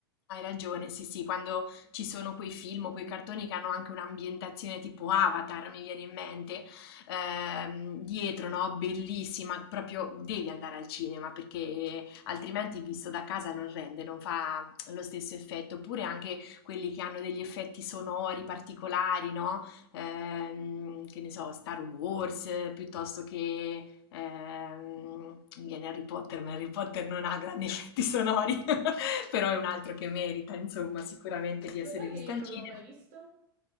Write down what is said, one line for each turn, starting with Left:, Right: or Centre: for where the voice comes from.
Left: Hai ragione, sì, sì, quando ci sono quei film o quei cartoni che hanno anche un'ambientazione tipo Avatar, mi viene in mente, ehm, dietro, no? Bellissima, proprio devi andare al cinema perché altrimenti visto da casa non rende, non fa lo stesso effetto. Oppure anche quelli che hanno degli effetti sonori particolari, no? Ehm, che ne so, Star Wars, eh, piuttosto che... ehm, mi viene Harry Potter, ma Harry Potter non ha grandi effetti sonori. <laughs> Però è un altro che merita, insomma, sicuramente di
Right: Lo
Left: essere
Right: sai
Left: visto
Right: che io
Left: al
Right: non
Left: cinema.
Right: l'ho mai visto?